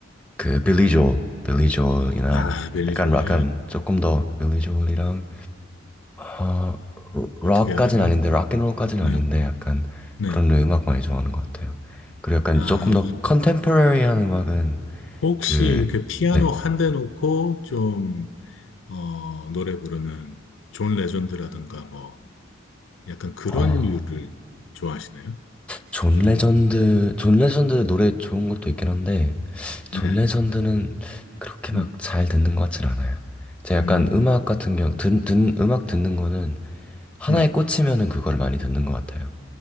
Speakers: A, in the centre; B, on the left.
A: 그 빌리 조엘, 빌리 조엘이나
B: 아, 벨리조에
A: 약간 약간 조금 더 빌리 조엘이랑 어 록까지는
B: 어떻게 해야 되나?
A: 아닌데 락앤롤까지는
B: 네,
A: 아닌데 약간
B: 네.
A: 그런 음악 많이 좋아하는 것 같아요. 그리고 약간
B: 아,
A: 조금 더 컨템포러리한 음악은
B: 혹시
A: 그
B: 이렇게 피아노
A: 네.
B: 한 대 놓고 좀, 어, 노래 부르는 존 레전드라든가 뭐, 약간 그런
A: 어,
B: 류를 좋아하시나요?
A: 존
B: 음,
A: 레전드 존 레전드 노래 좋은 것도 있긴 한데
B: 네.
A: 존 레전드는 그렇게 막
B: 음,
A: 잘 듣는 것 같진 않아요. 제가
B: 음,
A: 약간 음악 같은 경우,
B: 음.
A: 듣, 듣, 음악 듣는 거는 하나에
B: 음.
A: 꽂히면은 그거를 많이 듣는 것 같아요.